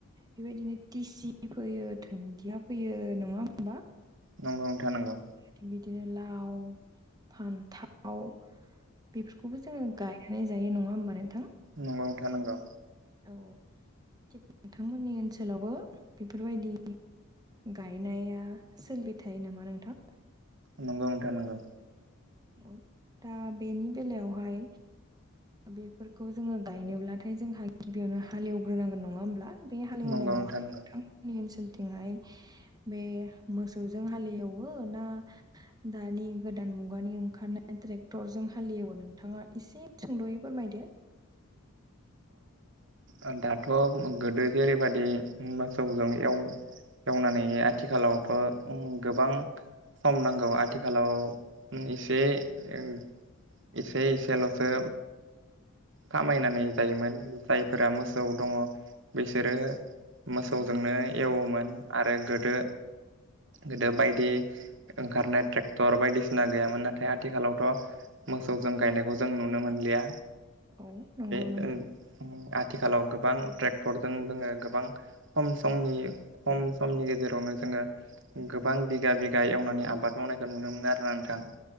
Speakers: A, on the right (about 20°); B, on the right (about 60°).
A: बेबायदिनो टिसि फोयो धोन्दिया फोयो नङा होमबा?
B: नंगौ नोंथां नंगौ।
A: थिग बिदिनो लाव, फान्थाव बेफोरखौबो जोङो गायनानै जायो नङा होमबा नोंथां?
B: नंगौ नोंथां नंगौ।
A: औ, थिग नोंथांमोननि ओनसोलावबो बेफोरबायदि गायनाया सोलिबाय थायो नामा नोंथां?
B: नंगौ नोंथां नंगौ।
A: औ दा बेनि बेलायावहाय बेफोरखौ जोङो गायनोब्लाथाय जोंहा गिबियावनो हालेवग्रोनांगोन नङा होमब्ला। बे हालेवनायावहाय
B: नंगौ नोंथां नंगौ
A: नोंथांनि ओनसोलथिंहाय बे मोसौजों हालएवो ना दानि गोदान मु गानि ओंखारनाय ट्रेक्टरजों हालियोबो नोंथाङा एसे सुंद'यै फोरमायदो <inaudible>
B: ओ दाथ' गोदो जेरैबादि ओम मोसौजों एव एवनानै आथिखालावथ' ओम गोबां सम नांगौ आथिखालाव ओ इसे ओ एसे एसेल'सो खामायनानै जायोमोन जायफोरा मोसौ दङ बिसोरो मोसौजोंनो
A: औ
B: एवोमोन आरो गोदो गोदो बायदि ओंखारनाय ट्रेक्टर बायदिसिना गैयामोन नाथाय आथिखालावथ' मोसौजों गायनायखौ जों नुनो मोनलिया।
A: औ नंगौ
B: ओ
A: नोंथां
B: ओम आथ <unintelligible> थिखालाव गोबां ट्रेक्टरजों जोङो गोबां खम समनि खम समनि गेजेरावनो जोङो गोबां बिगा बिगा एवनानै आबाद मावनायखौ नुनो मोनो आरोना नोंथां।